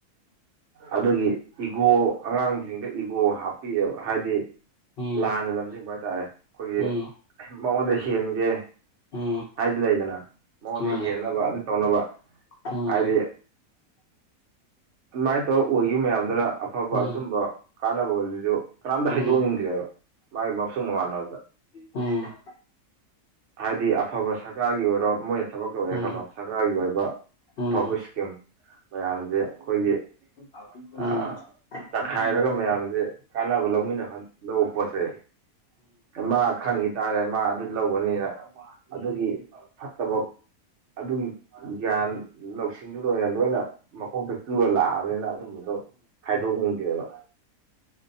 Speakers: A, on the right (about 55°); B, on the left (about 70°).
A: ꯑꯗꯨꯒꯤ꯫ ꯏꯒꯣ ꯑꯉꯥꯡꯁꯤꯡꯗ ꯏꯒꯣ ꯍꯥꯞꯄꯤꯑꯕ ꯍꯥꯏꯗꯤ
B: ꯎꯝ
A: ꯂꯥꯟꯅ ꯂꯝꯖꯤꯡꯕ ꯍꯥꯏꯇꯥꯔꯦ꯫ ꯑꯩꯈꯣꯏꯒꯤ
B: ꯎꯝ
A: ꯃꯉꯣꯟꯗ ꯍꯦꯟꯒꯦ꯫
B: ꯎꯝ
A: ꯍꯥꯏꯗꯤ ꯂꯩꯗꯅ ꯃꯉꯣꯟꯗ
B: ꯎꯝ ꯃꯥꯅꯤ
A: ꯍꯦꯟꯅꯕ ꯑꯗꯨ ꯇꯧꯅꯕ꯫
B: ꯎꯝ
A: ꯍꯥꯏꯗꯤ꯫ ꯑꯗꯨꯃꯥꯏꯅ ꯇꯧꯔ ꯑꯣꯏꯈꯤꯕ ꯃꯌꯥꯝꯗꯨꯅ ꯑꯐꯕ
B: ꯎꯝ ꯎꯝ
A: ꯑꯆꯨꯝꯕ꯫ ꯀꯥꯟꯅꯕ ꯑꯗꯨꯁꯨ ꯀꯅꯥꯝꯇ
B: ꯎꯝ
A: ꯍꯥꯏꯩꯗꯣꯛꯅꯤꯡꯗ꯭ꯔꯦꯕ ꯃꯥꯒꯤ ꯃꯁꯨ ꯃꯃꯥꯟꯅꯕꯗ꯫
B: ꯎꯝ꯫
A: ꯍꯥꯏꯗꯤ ꯑꯐꯕ ꯁꯔꯀꯥꯔꯒꯤ ꯑꯣꯏꯔꯣ ꯃꯣꯏꯅ ꯊꯕꯛ ꯇꯧꯑꯦ
B: ꯎꯝ
A: ꯈꯜꯂꯣ ꯁꯔꯀꯥꯔꯒꯤ ꯑꯣꯏꯕ꯫
B: ꯎꯝ
A: ꯑꯐꯕ ꯏꯁꯀꯤꯝ꯫ ꯃꯌꯥꯝꯁꯦ ꯑꯩꯈꯣꯏꯒꯤ
B: ꯎꯝ
A: ꯑ
B: ꯎꯝ
A: ꯇꯛꯈꯥꯏꯔꯒ
B: ꯃꯥꯅꯤ
A: ꯃꯌꯥꯝꯁꯦ ꯀꯥꯟꯅꯕ ꯂꯧꯃꯤꯟꯅꯕ꯫ ꯂꯧ ꯄꯣꯠꯁꯦ ꯃꯥ ꯈꯪꯈꯤ ꯇꯥꯔꯦ ꯃꯥ ꯑꯗꯨ ꯂꯧ꯫ <unintelligible> ꯑꯗꯨꯒꯤ ꯐꯠꯇꯕ꯫ ꯑꯗꯨꯒꯤ ꯒ꯭ꯌꯥꯟ ꯂꯧꯁꯤꯡꯗꯨꯗ ꯑꯣꯏꯅ ꯂꯣꯏꯅ ꯃꯈꯣꯛꯇ ꯆꯨꯔꯨꯔ ꯂꯥꯛꯑꯕꯅꯤꯅ꯫ ꯑꯗꯨꯝꯕꯗꯣ ꯍꯥꯏꯗꯣꯛꯅꯤꯡꯗꯦꯕ꯫